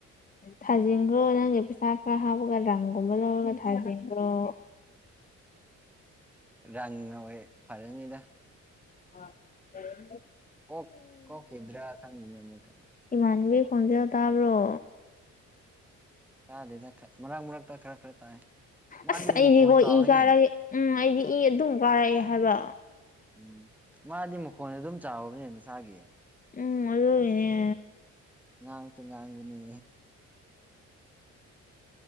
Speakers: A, on the left (about 25°); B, in the centre.
A: ꯊꯥꯖꯤꯟꯈ꯭ꯔꯣ ꯅꯪꯒꯤ ꯄꯩꯁꯥ ꯈꯔ ꯍꯥꯞꯄꯒ ꯔꯪꯒꯨꯝꯕ ꯂꯧꯔꯒ
B: ꯎꯝ
A: ꯊꯥꯖꯤꯟꯈ꯭ꯔꯣ
B: ꯔꯪꯅ ꯍꯣꯏ ꯐꯔꯅꯤꯗ
A: ꯑ <inaudible>
B: ꯀꯣ ꯀꯣ ꯍꯤꯗ꯭ꯔꯥ ꯈꯪꯗꯦꯅꯦ ꯃꯨꯛꯀ
A: ꯏꯃꯥꯟꯕꯤ ꯈꯣꯟꯖꯦꯜ ꯇꯥꯕ꯭ꯔꯣ
B: ꯇꯥꯗꯦꯗ ꯃꯔꯛ ꯃꯔꯛꯇ ꯈꯔ ꯈꯔ ꯇꯥꯏ ꯃꯥꯗꯤ
A: ꯑꯁ ꯑꯩꯗꯤꯀꯣ
B: ꯃꯈꯣꯟ ꯆꯥꯎꯋꯤꯅꯦ
A: ꯏ ꯀꯥꯔꯒꯦ ꯎꯝ ꯑꯩꯗꯤ ꯏ ꯑꯗꯨꯝ ꯀꯥꯔꯛꯑꯦ ꯍꯥꯏꯕ
B: ꯎꯝ ꯃꯥꯗꯤ ꯃꯈꯣꯟ ꯑꯗꯨꯝ ꯆꯥꯎꯕꯅꯦ ꯃꯁꯥꯒꯤ
A: ꯎꯝ ꯑꯗꯨꯏꯅꯦ
B: ꯉꯥꯡꯁꯨ ꯉꯥꯡꯕꯅꯤ